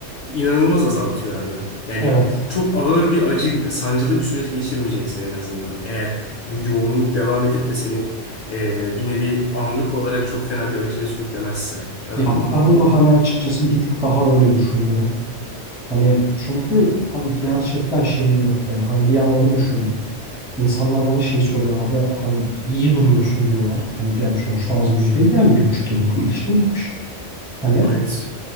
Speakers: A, on the left; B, in the centre.
A: inanılmaz azaltıyor abi. Yani
B: evet
A: çok ağır bir acı, sancılı bir süreç geçirmeyeceksin en azından. Eğer bu yoğunluk devam edip de seni e, bir nevi anlık olarak çok fena bir acıya sürüklemezse. Anladın
B: ya
A: mı?
B: ben de hani açıkçası bir tık daha öyle düşünüyorum. Hani çünkü abi gerçekten şeyim yok ya hani bir an onu düşündüm. İnsanlar bana şey soruyor abi hani iyi duruyorsun diyorlar. Hani bir an sonuçta az buz değil yani bir buçuk yıllık ilişkin bitmiş. Hani
A: Evet.